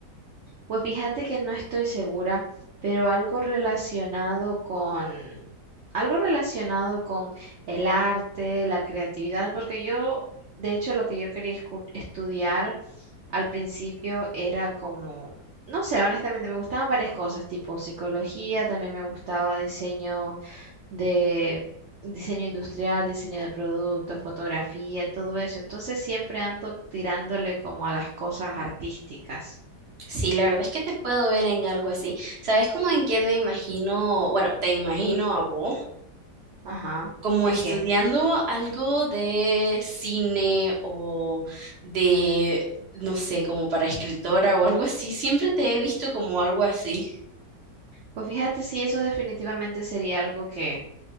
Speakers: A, on the right (about 75°); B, on the right (about 45°).
A: Pues fíjate que no estoy segura, pero algo relacionado con algo relacionado con el arte, la creatividad, porque yo, de hecho, lo que yo quería escu- estudiar al principio era como, no sé, honestamente me gustaban varias cosas, tipo psicología, también me gustaba diseño de diseño industrial, diseño de productos, fotografía, todo eso. Entonces siempre ando tirándole como a las cosas artísticas.
B: Sí, la verdad es que te puedo ver en algo así. ¿Sabes cómo en qué me imagino? Bueno, te imagino a vos
A: Ajá.
B: como
A: ¿En
B: estudiando
A: qué?
B: algo de cine o de, no sé, como para escritora o algo así. Siempre te he visto como algo así.
A: Pues fíjate sí, eso definitivamente sería algo que